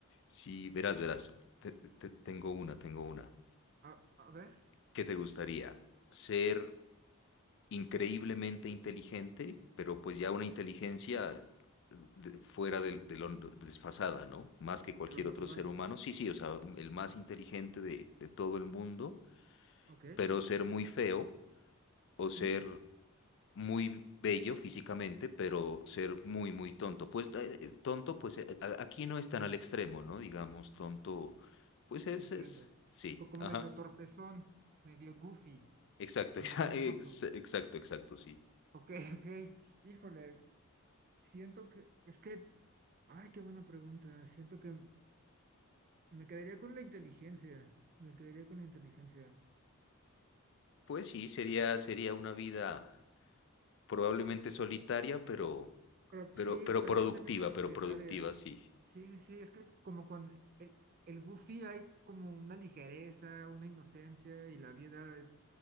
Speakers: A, on the left (about 55°); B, on the right (about 40°).
A: Sí, verás, verás. Te- te- tengo una, tengo una.
B: A, a ver,
A: ¿Qué te gustaría? ¿Ser increíblemente inteligente, pero pues ya una inteligencia de- fuera de, de lo desfasada, ¿no? Más que cualquier
B: de lo normal,
A: otro ser humano. Sí, sí, o sea, el más inteligente de, de todo el mundo,
B: ¿ok?
A: pero ser muy feo o ser
B: ¿Mm?
A: muy bello físicamente, pero ser muy, muy tonto. Pues eh, eh, tonto, pues eh, a- aquí no es tan al extremo, ¿no? Digamos, tonto, pues es,
B: Entiendo.
A: es, sí,
B: Co- Como
A: ajá,
B: medio torpezón, medio goofy,
A: exacto, <laughs> exa-
B: medio
A: ex-
B: soso.
A: exacto, exacto, sí.
B: Ok, <laughs> ok. Híjole, siento que, es que, ay, qué buena pregunta. Siento que me quedaría con la inteligencia, me quedaría con la inteligencia.
A: Pues sí, sería, sería una vida probablemente solitaria, pero,
B: Pro-
A: pero,
B: sí,
A: pero
B: probablemente
A: productiva, pero
B: solitaria.
A: productiva, sí.
B: Sí, sí, sí, es que como con el, el Goofy hay como una ligereza, una inocencia y la vida es